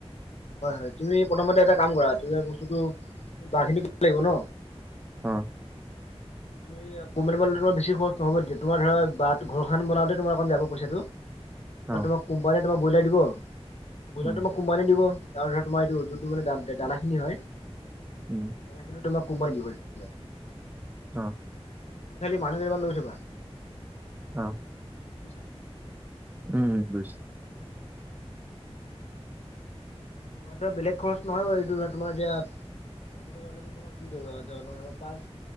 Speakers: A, on the left; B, on the right.
A: হয় হয় তুমি প্ৰথমতে এটা কাম। কৰা তুমি বস্তুটো ব খিনি কিব লাগিব ন।
B: অঁ।
A: এটো এইয়া কোম্পানী পৰা ল'লে ত বেছি খৰচ নহবত দিয়াত তোমাৰ ধৰা বাট ঘৰখন বনাওঁতে তোমাৰ অকণ যাব পইচাটো
B: অ',
A: তোমাক কোম্পানীয়ে তোমাক ব্ৰইলাৰ দিব, ব্ৰইলাৰ
B: উম,
A: তোমাক কোম্প- ইমানে দিব আৰু তোমাৰ ধৰা এইটো যোনটো মানে দানা খিনি হয়
B: উম
A: দানা খিনি তোমাক কোম্পানীয়ে দিব তেতিয়া।
B: অঁ
A: তু খালি মানুহ কেইটামান লৈ থবা।
B: অঁ
A: বুইছা
B: উম বুইছো।
A: মাৰ বেলেগ খৰচ নহয় বাৰু এইটো ধ তোমাৰ এতিয়া। ম তোমাৰ প